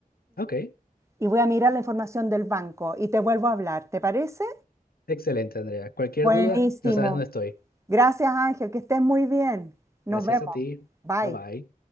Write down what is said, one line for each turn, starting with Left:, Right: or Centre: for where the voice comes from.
Left: Ok,
Right: y voy a mirar la información del banco y te vuelvo a hablar. ¿Te parece?
Left: excelente, Andrea. Cualquier
Right: Buenísimo.
Left: duda, no sabes dónde estoy.
Right: Gracias, Ángel. Que estés muy bien. Nos
Left: Gracias
Right: vemos.
Left: a ti.
Right: Bye.
Left: Bye bye.